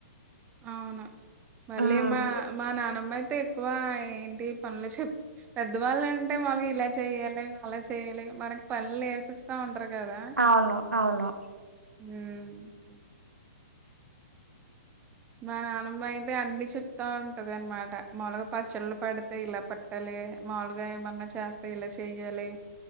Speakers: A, on the right (about 20°); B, on the right (about 85°).
A: అవును మళ్ళీ
B: ఉమ్
A: మా మా నానమ్మ అయితే ఎక్కువ ఏంటి పనులు చెప్ పెద్దవాళ్ళు అంటే వాళ్ళకి ఇలా చెయ్యాలి అలా చెయ్యాలి మనకి పనులు పిస్తా ఉంటరు కదా
B: అవును అవును
A: <unintelligible> మా నానమ్మ అయితే అన్ని చెప్తా ఉంటది అనమాట మాలుగా ప చెళ్ళు పడితే ఇలా పే ట్టాలి మాములుగా ఏమన్నా చేస్తే ఇలా చెయ్యాలి